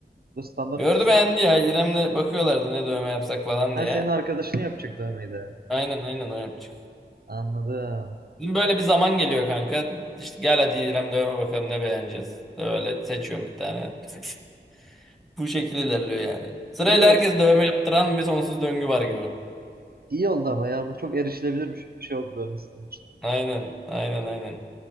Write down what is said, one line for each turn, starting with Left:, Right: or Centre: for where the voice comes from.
Right: bu standart
Centre: Gördü
Right: tasarım?
Centre: beğendi ya. İrem'le bakıyorlardı ne dövme yapsak falan
Right: Ha
Centre: diye.
Right: senin arkadaşını yapacak dövmeyi de.
Centre: Aynen aynen o yapacak.
Right: Anladım.
Centre: Bizim böyle bir zaman geliyor kanka. İşte gel hadi İrem dövme bakalım ne beğeneceğiz. Böyle seçiyorum bir tane. <laughs> Bu şekilde ilerliyor yani. Sırayla
Right: İyi ol
Centre: herkes dövme yaptıran bir sonsuz döngü var gibi.
Right: iyi oldu ama ya bu çok erişilebilir bir ş- bir şey oldu dövmesi için.
Centre: Aynen, aynen, aynen.